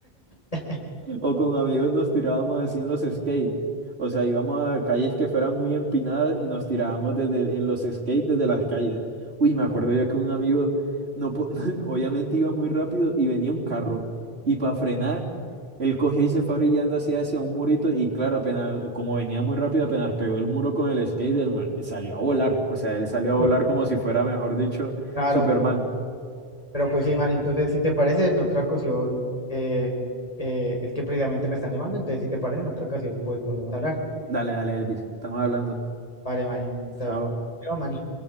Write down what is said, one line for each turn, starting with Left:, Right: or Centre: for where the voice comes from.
Left: <laughs>
Right: O con amigos nos tirábamos así en los skates O sea, íbamos a calles que fueran muy empinadas y nos tirábamos desde, en los skates desde las calles. Uy, me acuerdo yo que un amigo, no, po- <laughs> obviamente iba muy rápido y venía un carro. Y para frenar, él cogió y se fue brillando así hacia un murito. Y claro, apenas, como venía muy rápido, apenas pegó el muro con el skate, el mar- salió a volar. O sea, él salió a volar
Left: Uy,
Right: como si fuera, mejor dicho,
Left: claro,
Right: Superman.
Left: pero pues sí, man, entonces si te parece, en otra ocasión, eh, eh, es que precisamente me están llamando, entonces si te parece, en otra ocasión, pues volvemos a hablar.
Right: Dale, dale, Elvis. Estamos hablando.
Left: Vale, Mani, hasta
Right: Chao.
Left: luego, Mani.